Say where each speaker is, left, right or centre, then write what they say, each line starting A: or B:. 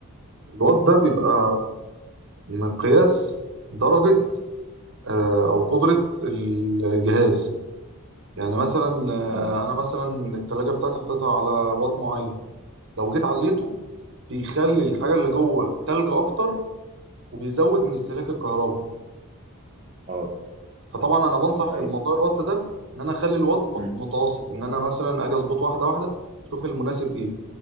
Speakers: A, on the right; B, on the right.
A: الوات ده بيبقى مقياس درجة آه، أو قدرة الجهاز يعني مثلا آه،
B: اه
A: أنا مثلا التلاجة بتاعتي حطيتها على وات معين لو جيت عليته بيخلي الحاجة اللي جوه تلج أكتر وبيزود من استهلاك الكهرباء
B: اه
A: فطبعا أنا بنصح
B: ايوه
A: في الموضوع الوات ده إن أنا أخلي الوات مت-
B: امم
A: متوسط إن أنا مثلا أجي أظبط واحدة واحدة أشوف المناسب إيه